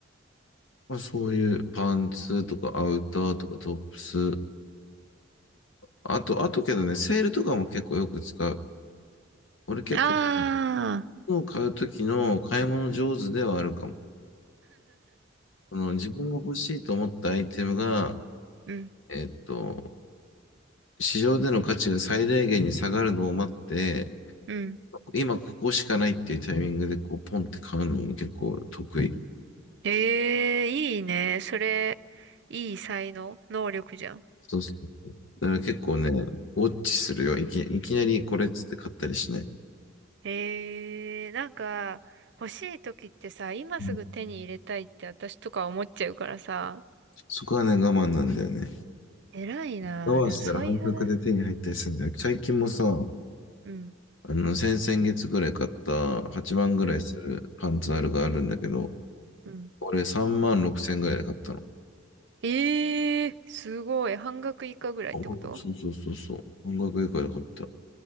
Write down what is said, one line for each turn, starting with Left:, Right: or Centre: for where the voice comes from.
Left: まあそういうパンツとかアウターとかトップス、あと、あとけどね、セールとかも結構よく使う。俺結構、
Right: ああ、
Left: 物を買う時の買い物上手ではあるかも。その自分が欲しいと思ったアイテムが、
Right: うん、
Left: えっと、市場での価値が最大限に下がるのを待って、
Right: うん。
Left: 今ここしかないっていうタイミングでこうポンって買うのも結構得意。
Right: ええ、いいね。それ、いい才能能力じゃん。
Left: そうそうそう。だから結構ね、ウォッチするよ。いき、いきなりこれっつって買ったりしない。
Right: ええ、なんか、欲しい時ってさ、今すぐ手に入れたいって私とか思っちゃうからさ、
Left: うんそこはね、我慢なんだよね。
Right: 偉いなあ。
Left: 我慢したら半額で手に入ったりするんだよ。
Right: でもそういう、
Left: 最近もさ、
Right: うん、
Left: あの、先々月ぐらい買った8万ぐらいするパンツあるがあるんだけど、
Right: うん、うん。
Left: 俺3万6千ぐらいで買ったの。
Right: ええ、すごい。半額以下ぐらいってこと
Left: 半額そうそうそうそう。半額以下で買った。